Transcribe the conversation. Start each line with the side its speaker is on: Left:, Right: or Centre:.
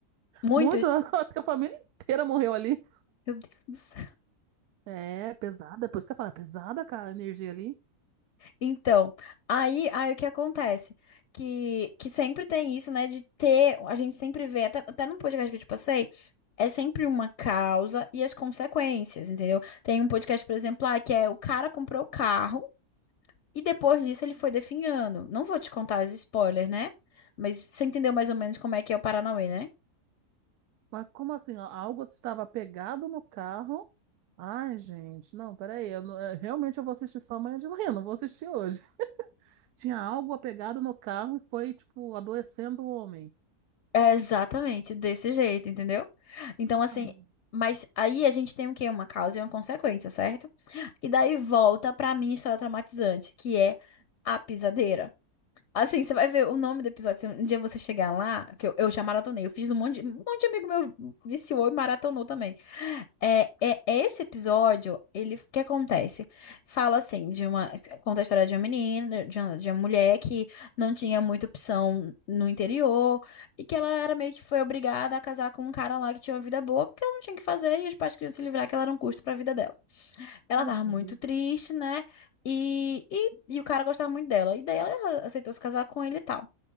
Left: Muitos.
Right: muitos, <laughs> eu acho que a família inteira morreu ali.
Left: Meu Deus.
Right: É, pesada, por isso que eu falo, é pesada, cara, a energia ali.
Left: Então, aí, aí o que acontece? Que, que sempre tem isso, né? De ter, a gente sempre vê, até, até no podcast que eu te passei, é sempre uma causa e as consequências, entendeu? Tem um podcast, por exemplo, lá, que é o cara comprou o carro e depois disso ele foi definhando. Não vou te contar as spoilers, né? Mas você entendeu mais ou menos como é que é o Paranauê, né?
Right: Mas como assim? ó, Algo estava pegado no carro? Ai, gente, não, peraí. Eu, não- eh, realmente eu vou assistir só amanhã de <laughs> manhã, não vou assistir hoje. Tinha algo apegado no carro e foi, tipo, adoecendo o homem.
Left: É exatamente desse jeito, entendeu? Então, assim,
Right: Ah,
Left: mas aí a gente tem o quê? Uma causa e uma consequência, certo? E daí volta pra minha história traumatizante, que é a pisadeira. Assim, você vai ver o nome do episódio. Se um dia você chegar lá, que eu, eu já maratonei, eu fiz um monte, de- um monte de amigo meu viciou e maratonou também. É, é, é esse episódio, ele, o que acontece? Fala assim, de uma, conta a história de uma menina, de uma, de uma mulher que não tinha muita opção no interior e que ela era meio que foi obrigada a casar com um cara lá que tinha uma vida boa porque ela não tinha o que fazer e os pais queriam se livrar que ela era um custo pra vida dela. Ela
Right: puxa
Left: tava muito
Right: vida.
Left: triste, né? E, e, e o cara gostava muito dela. E daí ela aceitou se casar com ele e tal.